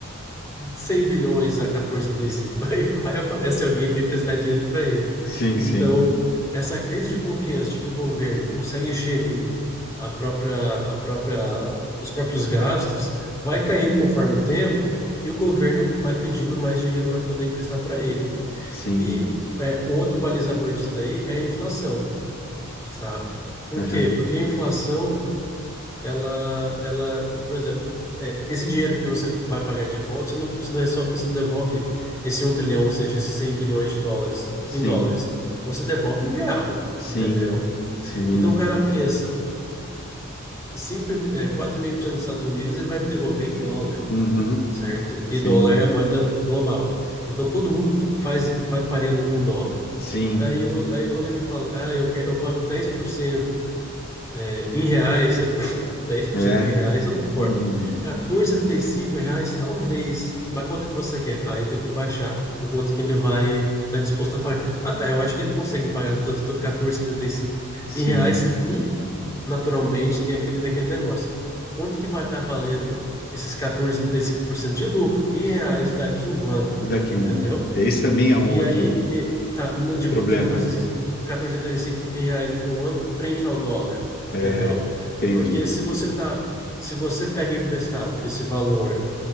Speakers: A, on the left; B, on the left.
A: 100 bilhões a quatorze vírgula trinta e cinco Aí vai, aparece alguém para emprestar dinheiro para ele.
B: sim,
A: Então,
B: sim,
A: essa crise de confiança de que o governo consegue gerir a própria, a própria, os próprios gastos vai caindo conforme o tempo e o governo vai pedindo mais dinheiro para poder emprestar para ele.
B: sim.
A: E é, um outro balizador disso daí é a inflação, sabe? Por
B: Aham,
A: quê? Porque a inflação ela, ela, por exemplo, é, esse dinheiro que você vai pagar de volta, você não, você não, resso- você não devolve esse um trilhão, ou seja, esses 100 bilhões de dólares
B: Sim,
A: em dólares. Você devolve em real,
B: sim,
A: entendeu?
B: sim.
A: Então o cara pensa, 5, é, 4,5% dos Estados Unidos, ele vai me devolver em dólar,
B: Uhum.
A: certo? E
B: Sim,
A: dólar é a moeda global. Então todo mundo fa- faz, vai pareando com dólar.
B: sim.
A: Aí, eu- aí quando ele fala, ah, eu, quero, eu pago 10% em reais, é, pff, dez por
B: É.
A: cento em reais, eu não me importo.
B: Uhum.
A: quatorze vírgula setenta e cinco em reais, talvez. Mas quanto que você quer? Aí tem que baixar o quanto que ele vai estar disposto a pagar. Ah, tá, eu acho que ele consegue pagar quatorze vírgula setenta e cinco
B: Sim.
A: em reais e, naturalmente, tem aquele, tem aquele negócio. Quanto que vai estar valendo esses quatorze vírgula setenta e cinco por cento de lucro em reais daqui a um ano?
B: daqui a
A: Entendeu?
B: um ano? Esse também é um
A: E
B: outro
A: aí, e- tá, não digo,
B: problema,
A: de 14,65
B: né?
A: 14,75 em reais daqui a um ano, frente ao dólar, entendeu?
B: É, entendi.
A: Porque se você tá, se você pega emprestado esse valor